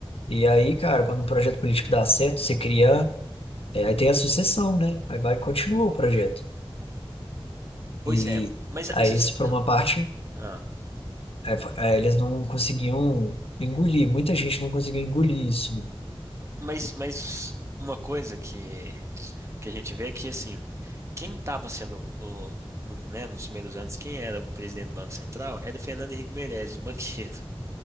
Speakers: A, on the left (about 80°); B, on the right (about 30°).
A: E aí, cara, quando um projeto político dá certo, você cria, é, aí tem a sucessão, né? Aí vai e continua o projeto.
B: Pois
A: E
B: é, mas,
A: aí
B: mas,
A: isso, por
B: mas,
A: uma parte,
B: ah,
A: é, fa- é, eles não conseguiam engolir, muita gente não conseguiu engolir isso.
B: mas, mas uma coisa que, que a gente vê é que, assim, quem estava sendo, no, no, né, nos primeiros anos, quem era o presidente do Banco Central era o Fernando Henrique Meirelles, o banqueiro.